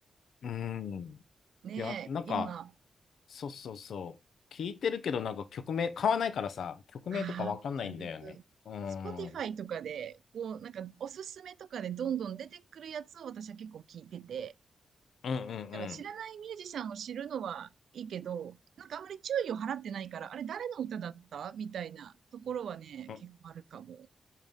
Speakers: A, on the left (about 75°); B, on the right (about 75°).
A: うん。
B: ねえ、
A: いや、なんか、
B: 今
A: そうそうそう。聞いてるけど、なんか曲名、買わないからさ、曲名とかわかんないんだよね。
B: ああ、わかる。
A: うん。
B: Spotify
A: う
B: とかで、こう、なんか、おすすめとかでどんどん出てくるやつを私は結構聞いてて、
A: んうんう
B: だから知らないミュージシャンを知るのはいいけど、なんかあんまり注意を払ってないから、あれ誰の歌だったみたいなところはね、
A: ん。うん
B: 結構あるかも。